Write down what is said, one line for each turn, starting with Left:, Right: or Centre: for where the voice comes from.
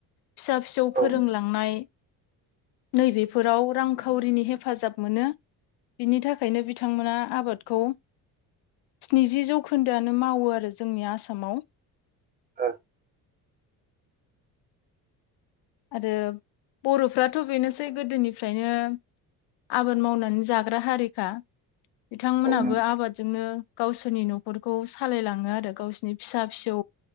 Left: फिसा फिसौ
Right: औ ओ
Left: फोरोंलांनाय नै बेफोराव रांखावरिनि हेफ फाजाब मोनो बिनि थाखायनो बिथांमोना आबादखौ स्निजि जौखोन्दोआनो मावो आरो जोंनि आसामाव।
Right: ओं
Left: आरो बर'फ्राथ' बेनोसै गोदोनिफ्रायनो आबाद मावनानै जाग्रा हारि। खा बिथांमोनाबो
Right: औ नों
Left: आबादजोंनो गावसोरनि न'खरखौ सालायलाङो आरो। आरो गावसिनि फिसा फिसौ